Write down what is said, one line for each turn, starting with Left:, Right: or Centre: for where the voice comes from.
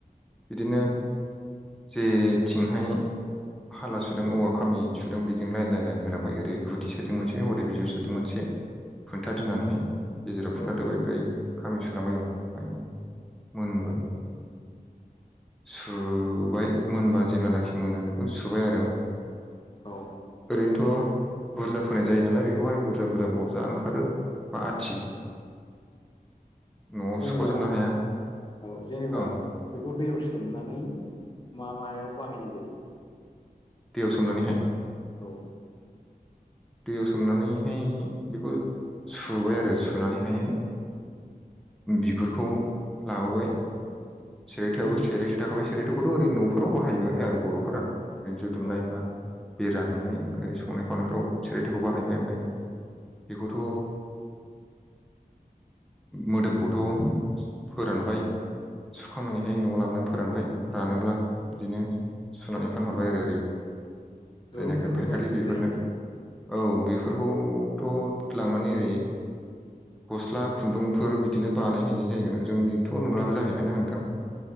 Centre: बिदिनो जेथिंहाय हाला सुदों औवा खामि सुदों बेजों लायेन-लायेन-लायेन होलांबाय ओरै गुदि साजों मोनसे हरै बिजौ साजों मोनसे खोन्थादोनानैहाय
Left: उम
Centre: गेजेराव
Left: औ
Centre: खुन्थादोबाय ओमफ्राय खामि सुलांबाय आं ओमफ्राय मोनबाय । सुबाय मोनबा जेब्लानाखि मोनो बेखौ सुबाय आरो ।
Left: औ
Centre: ओरैनोथ' अ बुरजा फोनाय जायो नालाय बेखौहाय बुरजा-बुरजा बजा ओंखारो बा आथि न'आव
Left: जेनेबा
Centre: सुख'जोबनो
Left: औ
Centre: हाया
Left: जेनेबा
Centre: औ
Left: बेखौ दैयाव सोमनानै मा-मायाव बाहायनाय जायो?
Centre: दैयाव सोमनानैहाय?
Left: औ
Centre: दैयाव सोमनानैहाय बेखौ सुबाय आरो सुनानैहाय बिगुरखौ लाबोबाय। सेरायथोआबो
Left: दुरुंफोर
Centre: सेरायथो थाखाबाय सेरायथोखौथ' ओरै न'फोराव बाहायबाय आरो बर'फोरा। इन्जु दुमनाय
Left: औ
Centre: बा बेरा दुमनाय ओफ्राय ओर संनाय खावनायफ्राव सेरायथोखौ बाहायबाय ओमफफ्राय बेखौथ' मोदोमखौथ' फोरानबाय सुखांनानैहाय
Left: उम
Centre: न'आव लाबोनानै फोरानबाय रानोब्ला बिदिनो सुनानै फानहरबाय आरो ओरै
Left: दुरुंफोरबो
Centre: जायनिख फायखारि
Left: बानायनाय
Centre: बेफोरनो
Left: जायोना
Centre: औ बेफोरखौथ' लांनानै ओरै गस्ला खुन्दुंफोर बिदिनो बानायहैनाय जायगोन जोंनिथ' नुलाबो जाहैबायना
Left: औ
Centre: होनदों थां